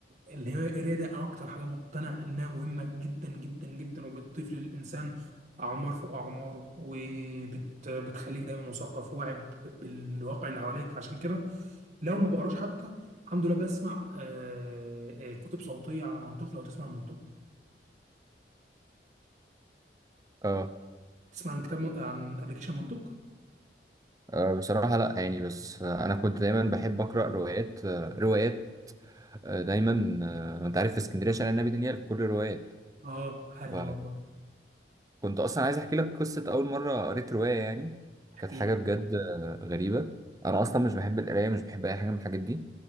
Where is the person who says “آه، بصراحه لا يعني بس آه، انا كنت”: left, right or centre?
Right